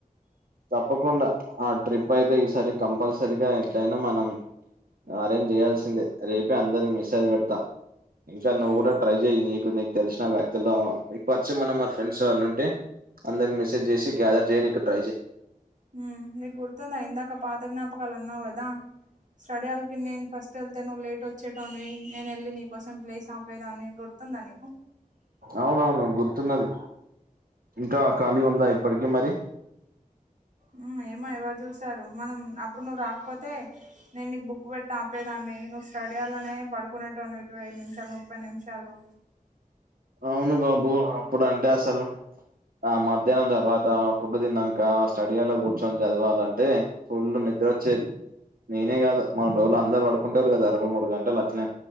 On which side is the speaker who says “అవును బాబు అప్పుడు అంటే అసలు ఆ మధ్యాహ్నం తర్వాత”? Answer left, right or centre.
Right